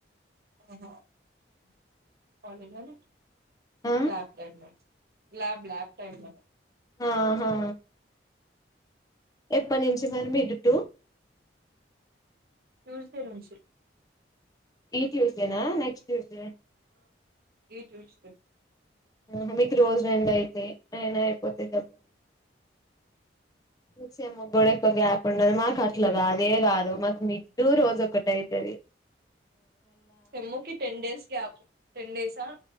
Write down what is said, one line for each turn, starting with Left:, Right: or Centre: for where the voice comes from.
Right: ఆహ కాలజ ల
Left: ఆ
Right: lab ten lab lab time
Left: ఆహా ఎప్పటి నుంచి మరి మీ ఇటు
Right: ట్యూస్డే నుంచి
Left: ఈ ట్యూస్డేనా నెక్స్ట్ ట్యూస్డే
Right: ఏ ఈ ట్యూస్డే
Left: ఆహా మీకు రోజు రెం అయితే అయినా అయిపోతే డబ్ నిచ్చేమం <unintelligible> గ్యాప్ ఉండదు మాకు అట్లా కాదే కాదు మాకు మిడ్డుూ రోజు ఒకటి ఐతది
Right: సెమ్ కి ten days gap ten days ఆ